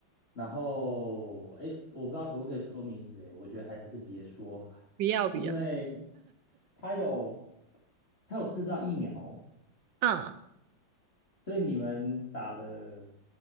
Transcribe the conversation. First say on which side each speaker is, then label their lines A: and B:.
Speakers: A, on the left; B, on the right.
A: 然后哎，我不知道可不可以说名字，哎，我觉得还是别说啊，
B: 不要不要。
A: 因为它有它有制造疫苗，
B: 嗯，
A: 所以你们打的